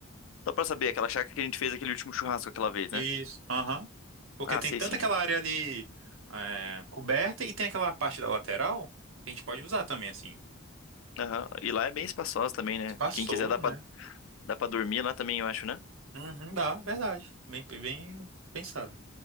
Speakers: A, on the left; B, on the right.
A: Só pra saber, aquela chácara que a gente fez aquele último churrasco aquela vez,
B: Isso.
A: né?
B: Aham. Porque
A: Ah,
B: tem
A: sei
B: tanto
A: sim.
B: aquela
A: é.
B: área ali é, coberta e tem aquela parte da lateral que a gente pode usar também, assim.
A: Aham. E lá é bem espaçosa também, né?
B: Espaçoso,
A: Quem quiser dá pra,
B: né?
A: dá pra dormir lá também, eu acho, né?
B: Uhum, dá, verdade. Bem, bem pensado.